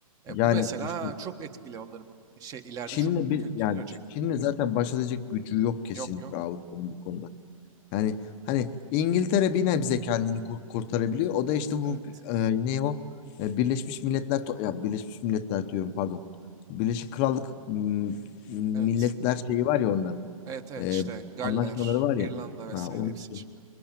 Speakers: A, on the right (about 20°); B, on the left (about 25°).
A: E,
B: Yani
A: bu mesela
B: işte
A: çok etkili onların. Şey ileride
B: Çin'le
A: çok
B: bir
A: kötülüğünü
B: yani
A: görecekler.
B: Çin'le zaten baş edecek gücü yok kesinlikle
A: Yok yok.
B: Avrupa'nın bu konuda. Yani hani İngiltere bir nebze kendini ku- kurtarabiliyor. O da işte bu
A: Evet.
B: e, ne o? E, Birleşmiş Milletler to- ya Birleşmiş Milletler diyorum pardon. Birleşik Krallık m, Milletler
A: Evet.
B: şeyi var ya onların.
A: Evet evet
B: E,
A: işte Galler,
B: anlaşmaları var ya.
A: İrlanda vesaire
B: Ha, unuttum.
A: hepsi içinde.